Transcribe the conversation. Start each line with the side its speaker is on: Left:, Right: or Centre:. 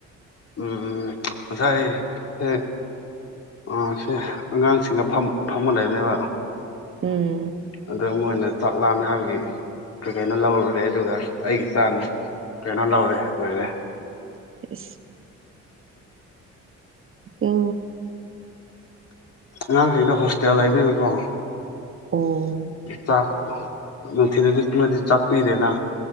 Left: ꯑꯝ ꯉꯁꯥꯏ <unintelligible> ꯑꯁꯦ ꯑꯉꯥꯡꯁꯤꯡꯅ ꯐꯝ ꯐꯝꯃ ꯂꯩꯔꯦꯕ
Right: ꯎꯝ
Left: ꯑꯗꯣ ꯃꯣꯏꯅ ꯆꯥꯛ ꯂꯥꯝꯃꯦ ꯍꯥꯏꯕꯒꯤ ꯀꯩ ꯀꯩꯅꯣ ꯂꯧꯔꯨꯔꯦ ꯑꯗꯨꯒ ꯑꯩꯒꯤ ꯏꯆꯥꯅꯃꯛ ꯀꯩꯅꯣ ꯂꯧꯔꯦ ꯂꯩꯔꯦ
Right: ꯑꯁ <unintelligible>
Left: ꯑꯉꯥꯡꯁꯤꯡꯗ ꯍꯣꯁꯇꯦꯜ ꯂꯩꯕꯅꯤꯅꯀꯣ
Right: ꯑꯣ
Left: ꯆꯥꯛ ꯅꯨꯡꯊꯤ <unintelligible> ꯆꯥꯛ ꯄꯤꯗꯦꯅ